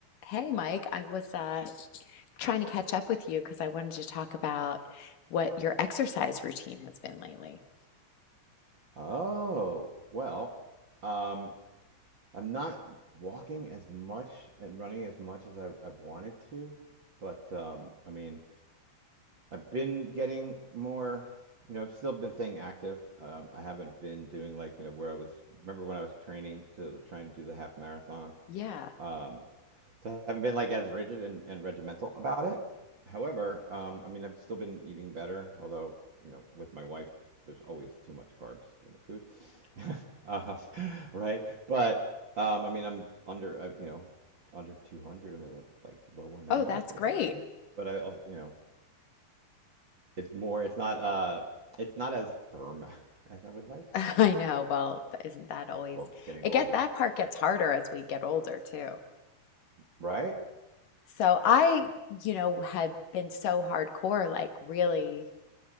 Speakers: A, on the left; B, on the right.
A: Hey, Mike, I was uh, trying to catch up with you because I wanted to talk about what your exercise routine has been lately.
B: Oh, well, um, I'm not walking as much and running as much as I, I've wanted to, but um, I mean, I've been getting more, you know, I've still been staying active. Um, I haven't been doing like, you know, where I was, remember when I was training to try and do the half marathon?
A: Yeah.
B: Um. So I haven't been like as rigid and, and regimental about it. However, um, I mean, I've still been eating better, although, you know, with my wife, there's always too much carbs in the food. <laughs> Uh, right? But um, I mean, I'm under, I, you know, under 200. I'm at like low 190s,
A: Oh, that's great.
B: I think. But I also, you know, it's more, it's not, uh, it's not as firm <laughs> as I would like.
A: <laughs> I know. Well, th- isn't that always
B: It's called getting
A: it
B: older,
A: get that part gets harder as we get older too.
B: right?
A: So I, you know, had been so hardcore, like really